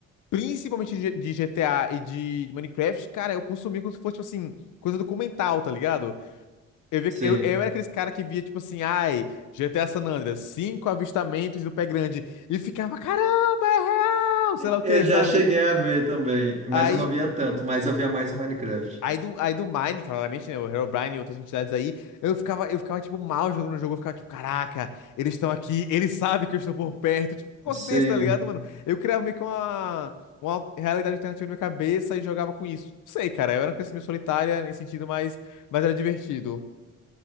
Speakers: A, on the left; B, on the right.
A: principalmente de de GTA e de Minecraft, cara, eu consumia como se fosse, tipo assim, coisa documental, tá ligado? Eu, via,
B: Sim.
A: que- eu, eu era aqueles cara que via, tipo assim, ai, GTA San Andreas, cinco avistamentos do pé grande, e ficava, caramba, é real, sei lá o
B: Eu
A: que,
B: já
A: sabe?
B: cheguei a ver também, mas
A: Aí
B: eu não via tanto, mas eu via mais o Minecraft.
A: Aí do, aí do Mine, claramente, né? O Herobrine e outras entidades aí, eu ficava, eu ficava, tipo, mal jogando o jogo. Eu ficava, tipo, caraca, eles estão aqui, eles sabem que eu estou por perto. Tipo, um negócio
B: Sim.
A: desse, tá ligado, mano? Eu criava meio que uma, uma realidade alternativa na minha cabeça e jogava com isso. Não sei, cara, eu era uma criança meio solitária nesse sentido, mas, mas era divertido.